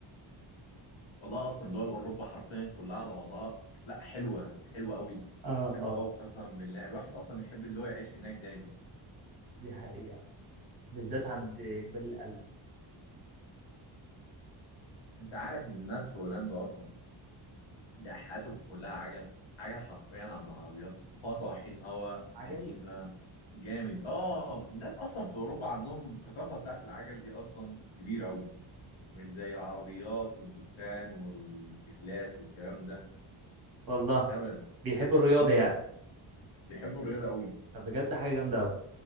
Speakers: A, on the left (about 75°); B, on the right (about 50°).
A: والله اصلا دول اوروبا حرفيا كلها على بعضها لا حلوه حلوه قوي
B: اه
A: حلوه
B: اه
A: قوي قسما بالله الواحد اصلا يحب اللي هو يعيش هناك دايما
B: دي حقيقه بالذات عند جبال القلب
A: انت عارف ان الناس في هولندا اصلا ده حياتهم كلها عجل عجل حرفيا على العربيات وفيها طواحين هوا
B: عجل
A: قديمه جامد اه الناس اصلا في اوروبا عندهم الثقافه بتاعت العجل دي اصلا كبيره قوي مش زي العربيات والدخان والموتوسيكلات والكلام ده
B: والله
A: هبل
B: بيحب الرياضه
A: امم
B: يعني
A: بيحبوا الرياضه قوي
B: فبجد حاجه جامده قوي